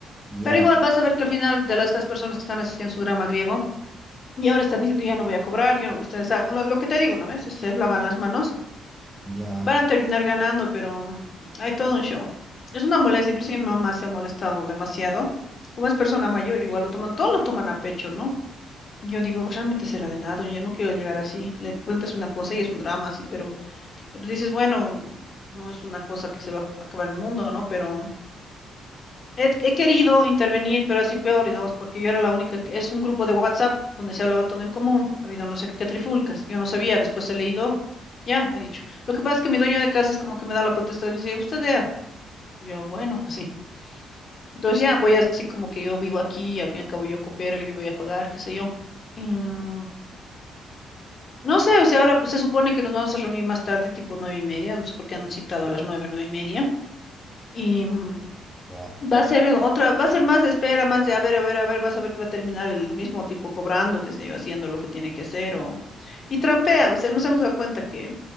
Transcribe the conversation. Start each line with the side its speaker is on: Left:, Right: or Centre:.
Centre: ya,
Left: Pero igual vas a ver que al final de las, estas personas que están haciendo su drama griego y ahora están diciendo ya no voy a cobrar, yo, no- ustedes hagan lo, lo que te digo, ¿no ves? Se lavan las manos,
Centre: ya,
Left: van a terminar ganando, pero hay todo un show. Es una molestia, inclusive mi mamá se ha molestado demasiado. Como es persona mayor, igual lo toman, todo lo toman a pecho, ¿no? Yo digo, realmente será la edad, oye, no quiero llegar así. Le cuentas una cosa y es un drama, sí, pero, pero dices, bueno, no es una cosa que se va a acabar el mundo, ¿no? Pero he, he querido intervenir, pero así peor, digamos, porque yo era la única, que- es un grupo de WhatsApp donde se hablaba todo en común, ha habido no sé qué trifulcas, yo no sabía, después he leído, ya, he dicho. Lo que pasa es que mi dueño de casa es como que me da la potestad y me dice, usted vea, yo, bueno, así. Entonces ya voy así como que yo vivo aquí y al fin y al cabo yo coopero y voy a pagar, qué sé yo. Em, No sé, o sea, ahora se supone que nos vamos a reunir más tarde, tipo nueve y media, no sé por qué han citado a las nueve, nueve y media. Y mm,
Centre: ya,
Left: va a ser otra, va a ser más de espera, más de a ver, a ver, a ver, vas a ver que va a terminar el mismo tipo cobrando, qué sé yo, haciendo lo que tiene que hacer o... Y trampea, o sea, nos hemos dado cuenta que